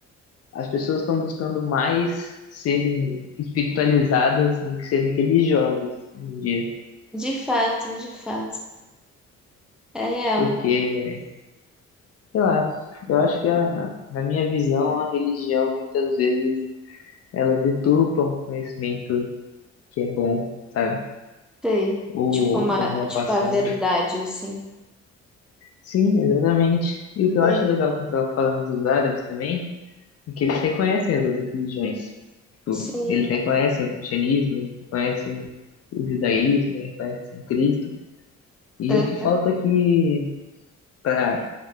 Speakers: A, on the left; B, in the centre.
A: as pessoas estão buscando mais serem espiritualizadas do que serem religiosas hoje em dia,
B: de fato, de fato, é real.
A: porque Sei lá, eu acho que a, na minha visão, a religião muitas vezes ela deturpa um conhecimento que é bom, sabe?
B: Sei.
A: Ou
B: Tipo, uma...
A: alguma
B: tipo
A: passagem.
B: a verdade, assim.
A: Sim, exatamente. E o que eu
B: Sei.
A: acho legal quando estava falando dos árabes também, é que eles reconhecem as outras religiões. Tipo,
B: Sim,
A: eles reconhecem o cristianismo, eles reconhecem o judaísmo, eles reconhecem Cristo. E
B: aham,
A: o que falta aqui, para